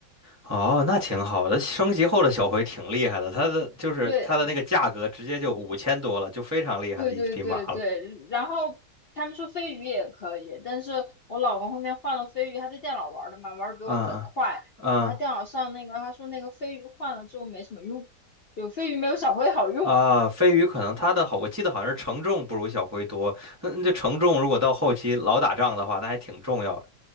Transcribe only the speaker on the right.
哦，那挺好的，升级后的小灰挺厉害的，它的就是它的那个价格直接就五千多了，
就非常厉害的一匹马了。
嗯嗯嗯。
啊，飞鱼可能他的好，我记得好像是承重不如小灰多。那那承重如果到后期老打仗的话，那还挺重要的，